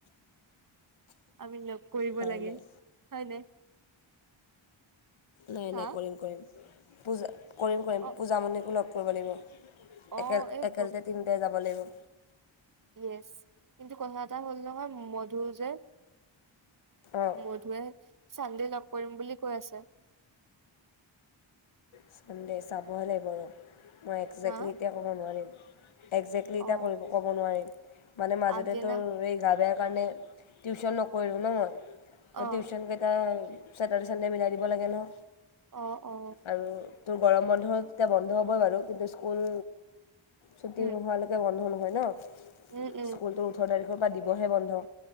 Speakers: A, on the right; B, on the left.
A: আমি লগ কৰিব
B: নাই
A: লাগে
B: নাই
A: হয় নে
B: নাই
A: হা
B: নাই কৰিম কৰিম পূজা কৰিম কৰিম
A: অ
B: পূজামণিকো লগ কৰিব লাগিব
A: অ
B: একেল
A: এই
B: একেলগতে তিনিটাই যাব লাগিব
A: য়েচ কিন্তু কথা এটা হ'ল নহয় মধু যে
B: অঁ
A: মধুৱে চান্দে লগ কৰিম বুলি কৈ আছে
B: চানডে চাবহে লাগিব ৰ মই একজেক্টলি
A: হা
B: এতিয়া ক'ব নোৱাৰিম একজেক্টলি এতিয়া
A: অ
B: কৰিব ক'ব নোৱাৰিম মানে মাজতে
A: আগদিনা
B: তোৰ এই গা বেয়া সেইকাৰণে টিউশচ্যন নকৰিলো ন মই ত'
A: অ
B: টিউশচ্যনকেইটা ছেটাৰ্ডে চানডে মিলাই দিব লাগে ন
A: অ অ
B: আৰু তোৰ গৰম বন্ধ তেতিয়া বন্ধ হ'ব বাৰু কিন্তু স্কুল ছুটি
A: উম,
B: নোহোৱালে কে বন্ধ নহয় ন
A: উম, উম,
B: স্কুলটো ওঠৰ তাৰিখৰ পৰা দিবহে বন্ধ